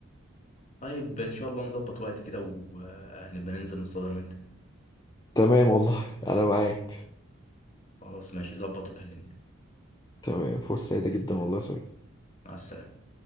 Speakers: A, on the left; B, on the left.
A: طيب ان شاء الله نظبط وقت كده ونبقى ننزل نصطاد انا وانت
B: تمام والله انا معاك
A: خلاص ماشي ظبط وكلمني
B: تمام فرصة سعيدة جدا والله يا سمير
A: مع السلامه